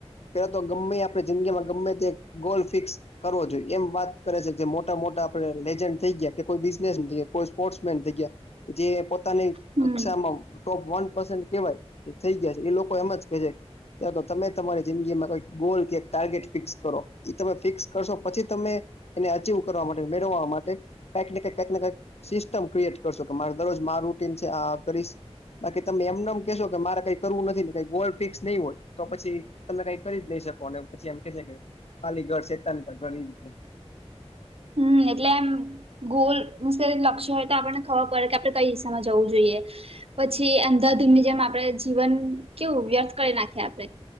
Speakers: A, on the left (about 70°); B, on the right (about 60°).
A: પેલા તો ગમેઈ આપણે જિંદગીમાં ગમે તે ગોલ ફિક્સ કરવો જોઈએ. એમ વાત કરે છે જે મોટા-મોટા આપણે લેજન્ડ થઈ ગયા, કે કોઈ બિઝનેસ <unintelligible> કોઈ સ્પોર્ટસમેન થઈ ગયા કે જે પોતાની
B: હમ
A: કક્ષામાં ટોપ વન પર્સન્ટ કહેવાય એ થઈ ગયા છે. ઈ લોકો એમ જ કહે છે ત્યાં તો તમેઈ તમારી જિંદગીમાં કોઈક ગોલ એક ટાર્ગેટ ફિક્સ કરો. ઈ તમે ફિક્સ કરશો પછી તમે એને અચીવ કરવા માટે, મેળવવા માટે કાંઈક ને કાંઈક, કાંઈકને કાંઈક સિસ્ટમ ક્રિએટ કરશો કે મારે દરરોજ માર રૂટિન છે. આ-આ કરીશ બાકી તમે એમનેમ કહેશો કે મારે કાંઈ કરવું નથી ને કંઈ ગોલ ફિક્સ નહીં હોય તો પછી તમે કાંઈ કરી જ નઈ શકવાના. અને પછી એમ કહેશે કે ખાલી ઘર શેતાન કા ઘર ઈ રીતે.
B: હમ્મ એટલે એમ ગોલ વિશે એક લક્ષ્ય હોય તો આપણને ખબર પડે કે આપણે કંઈ દિશામાં જવું જોઈએ. પછી અંધાધુનની જેમ આપણે જીવન કેવું વ્યર્થ કરી નાખીએ આપણે.